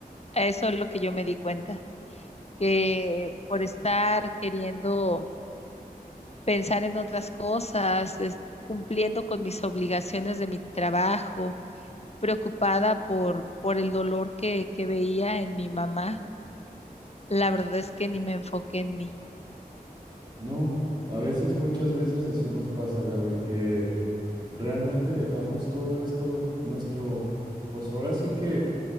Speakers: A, on the left; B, on the right.
A: Eso es lo que yo me di cuenta, que por estar queriendo pensar en otras cosas, es- cumpliendo con mis obligaciones de mi trabajo, preocupada por, por el dolor que, que veía en mi mamá La verdad es que ni me enfoqué en mí.
B: No, a veces, muchas veces así nos pasa, Gaby, que realmente dejamos todo esto, nuestro, pues ahora sí que